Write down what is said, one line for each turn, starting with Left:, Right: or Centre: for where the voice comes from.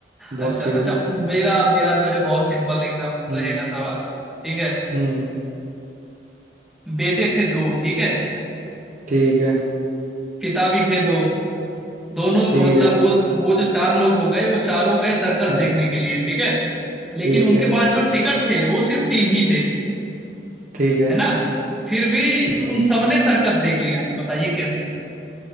Right: बहुत
Centre: अच्छा
Right: चीज
Centre: अच्छा
Right: में
Centre: मेरा मेरा जो है बहुत सिंपल एकदम
Right: हम्म
Centre: रहेगा सवाल ठीक है
Right: हम्म
Centre: बेटे थे दो ठीक है
Right: ठीक है
Centre: पिता भी थे दो दोनों
Right: ठीक
Centre: का मतलब
Right: है
Centre: वो वो जो चार लोग हो गए वो चारों गए सर्कस
Right: हाँ
Centre: देखने के लिए ठीक है लेकिन
Right: ठीक
Centre: उनके
Right: है
Centre: पास जो टिकट थे वो सिर्फ तीन ही थे
Right: ठीक है
Centre: है ना फिर भी
Right: हम्म,
Centre: उन सबने सर्कस देख लिया बताइए कैसे